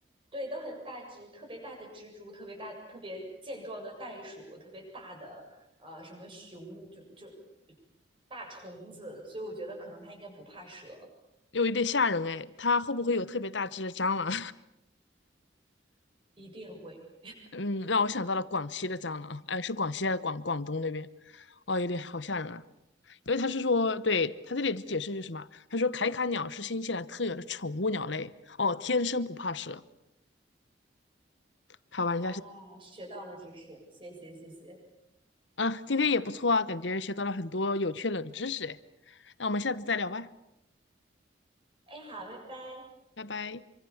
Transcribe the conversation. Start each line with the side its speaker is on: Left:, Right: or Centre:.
Right: 对，都很大只，特别大的蜘蛛，特别大、特别健壮的袋鼠，特别大的呃什么熊，就就大虫子，所以我觉得可能它应该不怕蛇，
Left: 有一点吓人哎，它会不会有特别大只的蟑螂？
Right: 一定会
Left: <laughs> 嗯，让我想到了广西的蟑螂，哎，是广西还是广广东那边？哇，有点好吓人啊。因为他是说，对，他这里的解释是什么？他说凯卡鸟是新西兰特有的宠物鸟类，哦，天生不怕蛇。好吧，
Right: 啊。
Left: 人家是，
Right: 学到了知识，谢谢谢谢。
Left: 嗯，今天也不错啊，感觉学到了很多有趣冷知识哎。那我们下次再聊吧，
Right: 哎，好，拜拜。
Left: 拜拜。